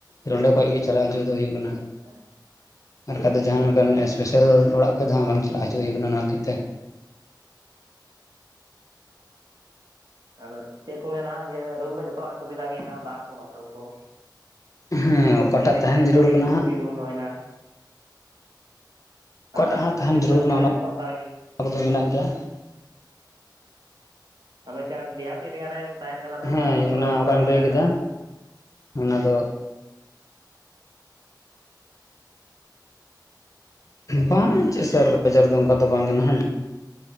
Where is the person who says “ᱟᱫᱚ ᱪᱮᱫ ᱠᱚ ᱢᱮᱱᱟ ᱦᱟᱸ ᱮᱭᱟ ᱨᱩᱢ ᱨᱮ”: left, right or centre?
Right